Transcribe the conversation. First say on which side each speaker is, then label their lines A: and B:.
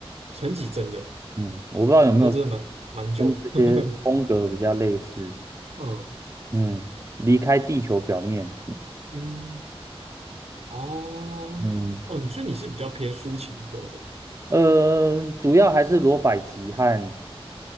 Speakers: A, on the right; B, on the right.
A: 陈绮贞的哦，
B: 嗯，我不知道有没有
A: 哦那真的蛮蛮旧的。
B: 跟这些风格比较类似。
A: <laughs> 嗯
B: 嗯，离开地球表面。
A: 嗯，哦，
B: 嗯，
A: 哦，所以你是比较偏抒情歌的
B: 呃，主要还是罗百吉和